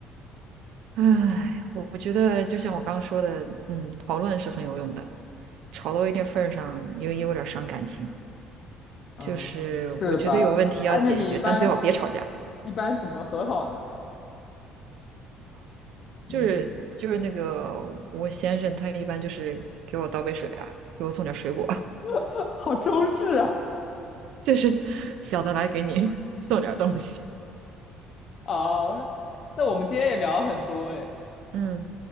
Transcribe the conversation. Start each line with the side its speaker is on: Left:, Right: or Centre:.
Right: 唉，我我觉得就像我刚刚说的，嗯，讨论是很有用的，吵到一定份儿上，也也有点儿伤感情。
Left: 嗯，
Right: 就是我觉得有问题要解决，
Left: 是的吧？哎，那你一般
Right: 但最好别吵架。
Left: 一般怎么和好呢？嗯，
Right: 就是就是那个我先生，他一般就是给我倒杯水啊，给我送点儿水果，
Left: <laughs> 好中式啊。
Right: <laughs> 就是小的来给你 <laughs> 送点儿东西。
Left: 哦，那我们今天也聊了很多哎，
Right: <laughs> 嗯，